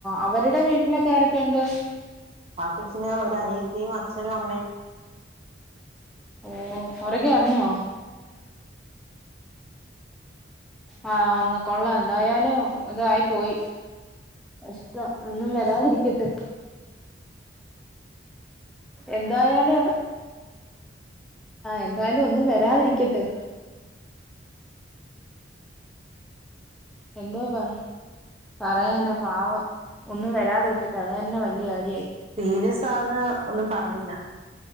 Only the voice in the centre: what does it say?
അവരുടെ വീട്ടിലൊക്കെ ആരൊക്കെയുണ്ട്?
ഓ അവരൊക്കെ അറിഞ്ഞോ? ആ ആന്ന് കൊള്ളാം എന്തായാലും ഇതായി പോയി കഷ്ടം ഒന്നും വരാതിരിക്കട്ട് എന്തായാലും എന്തായാലും ഒന്നും വരാതിരിക്കട്ട് എന്തോ പറ- പറയാനെ പാവം ഒന്നും വരാതിരിക്കട്ടെ അത് തന്നെ വല്ല്യ കാരിയ -